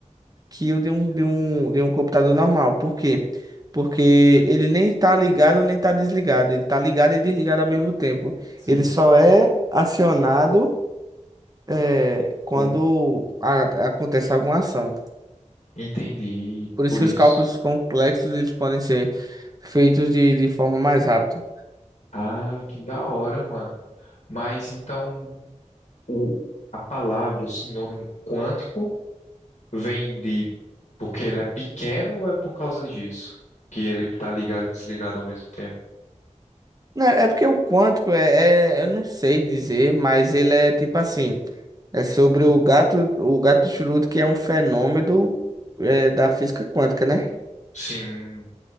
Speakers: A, on the right (about 30°); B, on the left (about 65°).
A: que o de um, de um, de um computador normal. Por quê? Porque ele nem está ligado nem está desligado. Ele está ligado e desligado ao mesmo tempo.
B: Sim.
A: Ele só é acionado eh, quando
B: Um,
A: a- acontece alguma ação.
B: entendi.
A: Por
B: Por
A: isso que
B: isso.
A: os cálculos complexos eles podem ser feitos de, de forma mais rápida.
B: Ah, que da hora, mano. Mas então o, a palavra, o sinônimo quântico Vem de porque ele é pequeno ou é por causa disso? Que ele tá ligado e desligado ao mesmo tempo?
A: Não, é porque o quântico é, é- eu não sei dizer, mas ele é tipo assim, é sobre o gato, o gato de Schrödinger, que é um fenômeno eh, da física quântica, né?
B: Sim,